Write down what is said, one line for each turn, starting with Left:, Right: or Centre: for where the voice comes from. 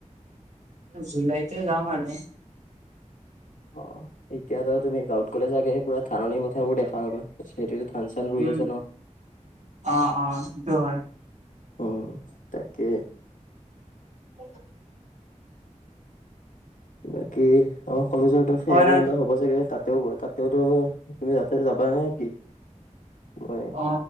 Right: জুলাইতে যাম ম আৰু আৰু
Left: অ এতিয়াাতো তুমি গাঁৱত গ'লে চাগে পুৰা ধাননি পথাৰাবোৰ দেখা হবা সেইটোতো ধান চান ৰুই
Right: উম,
Left: আছে ন
Right: অ', অ', সেইটো হয়।
Left: অ তাকে
Right: উ
Left: বাকী আমাৰ কলেজৰো ফেৰ
Right: কয় ন
Left: মল হ'ব চাগে তাত তাও তাতেওতো তুমি যাতে যাবা নাই নে কি মই
Right: অ